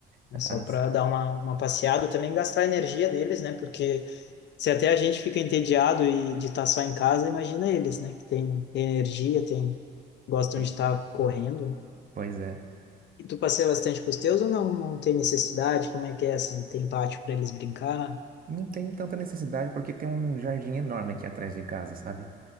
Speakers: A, on the right (about 45°); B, on the left (about 60°).
A: Ah,
B: É só para
A: s-
B: dar uma, uma passeada, também gastar a energia deles, né? Porque se até a gente fica entediado e de estar só em casa, imagina eles, né? Que tem, tem energia, tem, gostam
A: po-
B: de estar correndo, né?
A: pois é.
B: E tu passeia bastante com os teus ou não? Não tem necessidade? Como é que é assim? Tem pátio para eles brincar?
A: Não tem tanta necessidade porque tem um jardim enorme aqui atrás de casa, sabe?